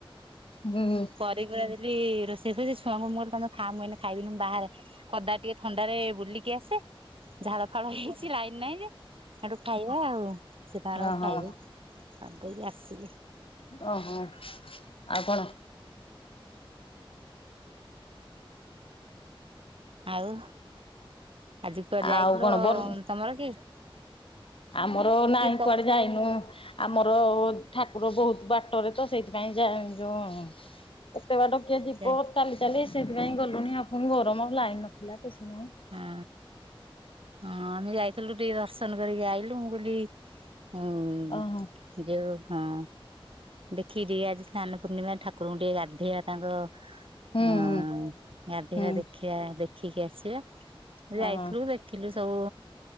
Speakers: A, on the left (about 70°); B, on the right (about 70°).
A: ହୁଁ।
B: କରି କୁରା ଦେଲି ରୋଷେଇ ଫୋସେଇ ଛୁଆଙ୍କୁ ମୁଁ କହିଲି ତମେ ଖା ମୁଁ ଏଇନେ ଖାଇବିନି ବାହାରେ ପଦାରେ ଟିକେ ଥଣ୍ଡାରେ ବୁଲିକି ଆସେ। ଝାଳ ଫାଳ ହେଇଛି ଲାଇନ ନାହିଁ ଯେ ସେଠୁ ଖାଇବା ଆଉ ସେ ତାଙ୍କର
A: ଓହୋ
B: ଖାଇବେ। ଗାଧେଇକି ଆସିଲି।
A: ଓହୋ ଆଉ କଣ <inaudible>
B: ଆଉ ଆଜି କୁଆଡ ଯାଇଥିଲ
A: ଆଉ କଣ ବର୍
B: ତମର କି
A: ଆମର
B: କିଏ
A: ନାହିଁ
B: କ
A: <unintelligible> ଆମର ଠାକୁର ବୋହୁତ ବାଟରେ ତ ସେଇଥିପାଇଁ ଯା ଯୋଉ ଏତେ ବାଟ କିଏ ଯିବ
B: ହଁ
A: ଚାଲି ଚାଲି ସେଥିପାଇଁ ଗଲୁନି ଆଉ ଫୁଣି ଗରମର ଲାଇନ ନଥିଲା କିଛି ନାଇଁ।
B: ହଁ ହଁ ଆମେ ଯାଇଥିଲୁ ଟିକେ ଦର୍ଶନ କରିକି ଆଇଲୁ ମୁଁ କହିଲି। ଆଉ
A: ଓହୋ
B: ଯୋଉ ହଁ। ଦେଖିକି ଟିକେ ଆଜି ସ୍ନାନ ପୂର୍ଣ୍ଣିମା ଠାକୁରଙ୍କୁ ଟିକେ ଗାଧୋଇବା ତାଙ୍କ
A: ହୁଁ
B: ଅଁ
A: ହୁଁ
B: ଗାଧୋଇବା
A: ହୁଁ
B: ଦେଖିବା ଦେଖିକି ଆସିବା ଆମେ ଯାଇଥୁଲୁ
A: ଓହୋ
B: ଦେ ଦେଖିଲୁ ସବୁ